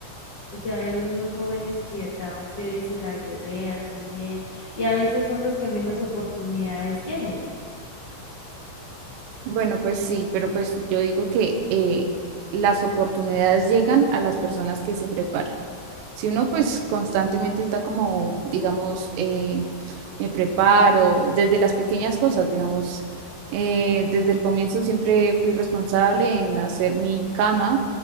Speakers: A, on the left; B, on the right.
A: O sea, hay unos jóvenes que, ¿verdad? Ustedes se la guerrean, son bien, y a veces son los que menos oportunidades tienen.
B: Bueno, pues sí, pero pues yo digo que eh, las oportunidades llegan a las personas que se preparan. Si uno pues constantemente está como, digamos, eh, me preparo desde las pequeñas cosas, digamos, eh, desde el comienzo siempre fui responsable en hacer mi cama